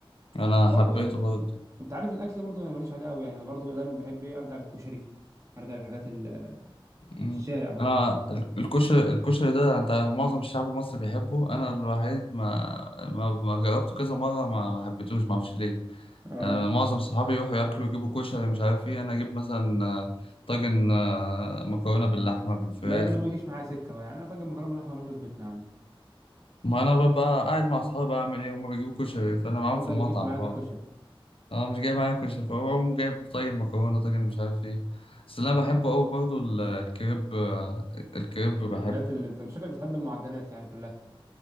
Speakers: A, on the left; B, on the right.
A: أنا
B: بس برضه
A: حبيته
B: ايه
A: برضه
B: انت عارف الاكل برضه انا ماليش عليه قوي يعني انا برضه دايما بحب ايه ارجع للكشري ارجع للحاجات ال-
A: مم.
B: الشارع برضه
A: أنا ال- الكشري الكشري ده أنت معظم الشعب المصري بيحبه أنا الوحيد ما ما, ما جربته كذا مرة ما ما حبيتهوش ما أعرفش ليه
B: اه
A: يعني أنا معظم صحابي يروحوا ياكلوا يجيبوا كشري مش عارف إيه أنا أجيب مثلا آه، طاجن آه، مكرونة باللحمة بالفراخ
B: لا ده انا ما بيجيش معايا سكه بقى يعني انا طاجن مكرونه باللحمه ناكله في بيتنا يا عم
A: ما أنا ببقى قاعد مع صحابي أعمل إيه هما بيجيبوا كشري
B: آه.
A: فأنا معاهم
B: وانت
A: في المطعم
B: ما بيجيش معاك
A: فأنا
B: الكشري
A: أنا مش جايب معايا كشري فأقوم جايب طاجن مكرونة طاجن مش عارف إيه بس اللي أنا بحبه أوي برضه ال- الكريب آه، الكريب بحبه
B: البيات اللي انت شكلك بتحب المعجنات يعني كلها